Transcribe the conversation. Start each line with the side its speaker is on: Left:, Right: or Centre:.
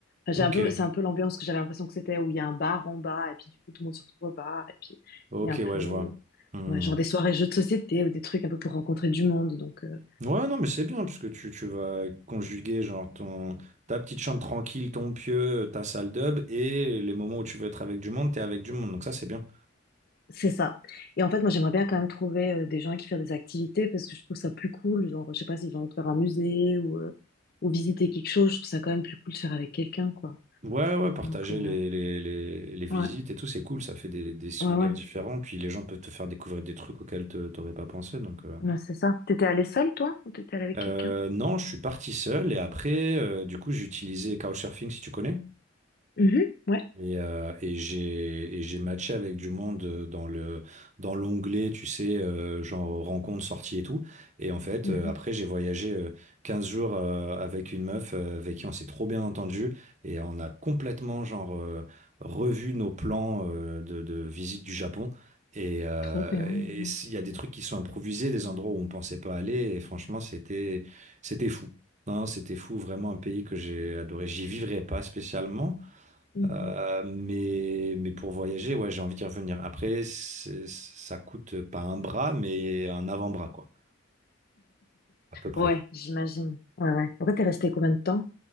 Left: Enfin,
Right: Ok,
Left: j'ai un peu, c'est un peu l'ambiance que j'avais l'impression que c'était où il y a un bar en bas et puis du coup tout le monde se retrouve au bar et puis
Right: ok,
Left: il y a un peu.
Right: ouais, je vois. Hmm.
Left: Ouais, genre des soirées jeux de société ou des trucs un peu pour rencontrer du monde. Donc, euh,
Right: Ouais, non, mais c'est bien, parce que tu, tu vas conjuguer genre ton, ta petite chambre tranquille, ton pieu, ta salle d'hub, et les moments où tu veux être avec du monde, t'es avec du monde, donc ça c'est bien.
Left: c'est ça. Et en fait, moi, j'aimerais bien quand même trouver euh, des gens qui font des activités parce que je trouve ça plus cool. Genre, je sais pas si j'ai envie de faire un musée ou, euh, ou visiter quelque chose. Je trouve ça quand même plus cool de faire avec quelqu'un, quoi.
Right: Ouais, ouais, partager
Left: Donc, euh,
Right: les, les, les, les visites
Left: ouais,
Right: et tout, c'est cool, ça fait des, des souvenirs
Left: ouais, ouais,
Right: différents, puis les gens peuvent te faire découvrir des trucs auxquels te- t'aurais pas pensé, donc... euh.
Left: Ouais, c'est ça. T'étais allée seule, toi, ou t'étais allée avec
Right: Euh,
Left: quelqu'un?
Right: non, je suis parti seul, et après, euh, du coup, j'utilisais Couchsurfing, si tu connais.
Left: Mhm, ouais.
Right: Et, euh, et j'ai et j'ai matché avec du monde euh, dans le dans l'onglet, tu sais, euh, genre rencontre, sortie et tout. Et en fait,
Left: Mhm.
Right: euh, après, j'ai voyagé euh, 15 jours euh, avec une meuf euh, avec qui on s'est trop bien entendu et on a complètement genre euh, revu nos plans euh, de, de visite du Japon. Et euh,
Left: Trop bien.
Right: et
Left: Mhm.
Right: s'il y a des trucs qui sont improvisés, des endroits où on pensait pas aller. Et franchement, c'était c'était fou. Non, c'était fou, vraiment un pays que j'ai adoré. J'y vivrais pas spécialement.
Left: Mhm.
Right: Euh, mais, mais pour voyager, ouais, j'ai envie d'y revenir. Après, c'est- ça coûte pas un bras, mais un avant-bras, quoi, à peu près.
Left: Ouais, j'imagine. Ouais, ouais. Pourquoi t'es resté combien de temps?